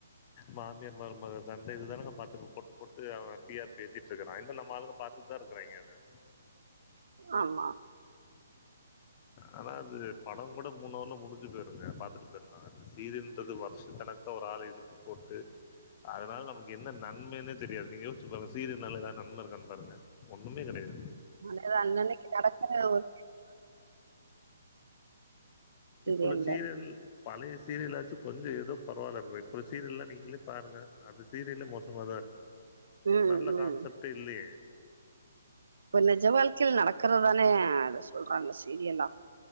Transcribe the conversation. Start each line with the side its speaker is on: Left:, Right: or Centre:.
Left: மாமியார் மருமக சண்டை இதுதானங்க பாத்துட்டு போட்டு போட்டு அவன் டி ஆர் பி ஏத்திகிட்டு இருக்கான் இத நம்மாளுங்க பாத் குதா இருக்கிறாங்க அத
Right: ஆமா
Left: ஆனா அது படம் கூட மூனவர்ல முடிஞ்சு போயிருங்க பாத்துட்டு ஆனா சீரியல் ன்றது வருஷ கணக்க ஒரு ஆள இழுத்து போட்டு அதனால நமக்கு என்ன நன்மைன்னே தெரியாது நீங்கயோச்சு பாருங்க சீரியல்னால ஏதாவது நன்ம இருக்கானு பாருங்க ஒண்ணுமே கெடயாது
Right: அது அன்னன்னைக்கு நடக்கிற ஒரு <inaudible> <inaudible> சீரியல்ல
Left: இப்புள்ள சீரியல் பழைய சீரியலாச்சும் கொஞ்சம் ஏதோ பரவாயில்ல இருக்கு இப்ப இருக்குற சீரியல்லாம் நீங்களே பாருங்க அது சீரியலே மோசமா தா இருக்கு
Right: ம்
Left: நல்ல
Right: ம்
Left: கான்செப்ட்டே இல்லையே
Right: இப்ப நிஜ வாழ்க்கையில் நடக்கறதானே அத சொல்றாங்க சீரியலா